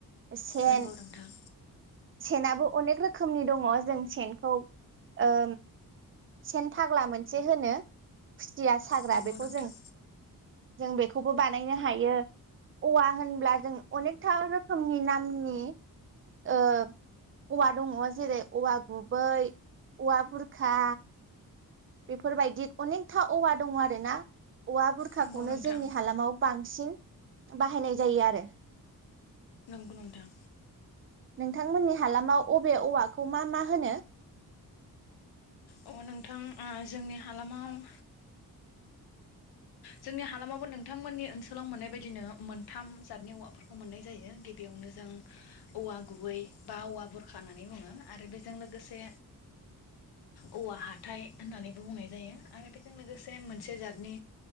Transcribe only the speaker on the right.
सेन
सेनाबो अनेक रोखोमनि दङ। जों सेनखौ ओ सेन फाग्ला मोनसे होनो। खुसिया साग्रा
बेखौ
जों जों बेखौबो बानायनो हायो औवा होनब्ला जों अनेकथा रोखोमनि नामनि ओ औवा दङ जेरै औवा गुबै औवा बुरखा बेफोरबायदि अनेकथा औवा दङ आरोना औवा बुरखाखौनो
जोंनि हालामाव बां बांसिन बाहायनाय जायो आरो
नोंथांमोननि हालामाव अबे औवाखौ मा मा होनो?